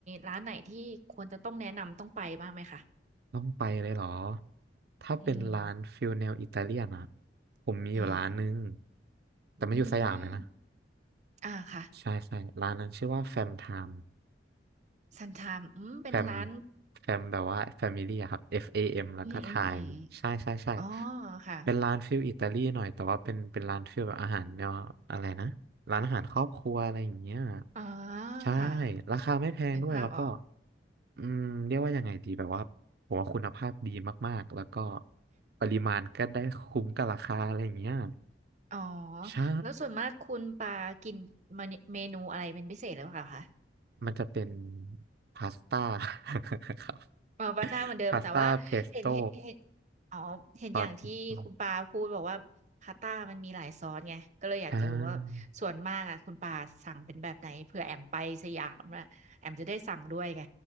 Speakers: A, on the right; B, on the right.
A: ร้านไหนที่ควรจะต้องแนะนำต้องไปบ้างไหมคะ
B: ต้องไปเลยเหรอถ้าเป็นร้านฟิลแนวอิตาเลียนอะ
A: อืม
B: ผมมีอยู่ร้านนึง
A: อืม
B: แต่มันอยู่สยามเลยนะ
A: อืม อ่าค่ะ
B: ใช่ใช่ร้านนั้นชื่อว่าแฟมไทม์
A: ซันทามอืมเป็นร้าน
B: แฟมแฟมแบบว่าแฟมิลี่ครับ F A M แล้วก็ไทม์ใช่ใช่ใช่
A: อืมอืมอืมอ๋อค่ะ
B: เป็นร้านฟิลอิตาลีหน่อยแต่ว่าเป็นเป็นร้านฟิลแบบอาหารเนวอะไรนะร้านอาหารครอบครัวอะไรอย่างเงี้ย
A: อ๋อ
B: ใช่
A: ค่ะ
B: ราคาไม่แพงด้วยแล้วก็
A: นึกภาพออก
B: อืมเรียกว่ายังไงดีแบบว่าผมว่าคุณภาพดีมากๆแล้วก็ปริมาณก็ได้คุ้มกับราคาอะไรอย่างเงี้ย
A: อ๋อ
B: ใช่
A: แล้วส่วนมากคุณปากินเมนูเมนูอะไรเป็นพิเศษหรือเปล่าคะ
B: มันจะเป็นพาสต้า <laughs> ครับ
A: อ๋อปลาท่าเหมือนเดิมแต่ว่าเห็นเห็นเห็น
B: พาสต้าเพสโต้
A: อ๋อเห็นอย่างที่คุณปาพูดบอกว่าพาสต้ามันมีหลายซอสไงก็เลยอยากจะรู้ว่าส่วนมากอ่ะคุณปาสั่งเป็นแบบไหนเผื่อแอมไปสยามอะแอมจะได้สั่งด้วยไง
B: ซอสเพสโต้อ่า